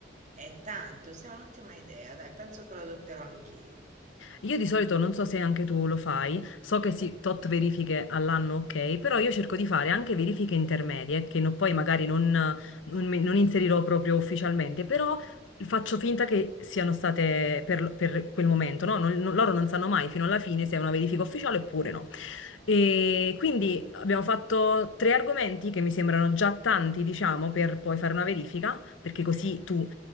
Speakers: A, on the right (about 40°); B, on the left (about 75°).
A: è tanto, sì, è un'ottima idea, dai, penso che lo adotterò anch'io.
B: Io di solito non so se anche tu lo fai, so che sì, tot verifiche all'anno, ok, però io cerco di fare anche verifiche intermedie, che no- poi magari non, non mi- non inserirò proprio ufficialmente, però faccio finta che siano state per, per quel momento, no? Non- non- loro non sanno mai fino alla fine se è una verifica ufficiale oppure no. E quindi abbiamo fatto tre argomenti che mi sembrano già tanti, diciamo, per poi fare una verifica, perché così tu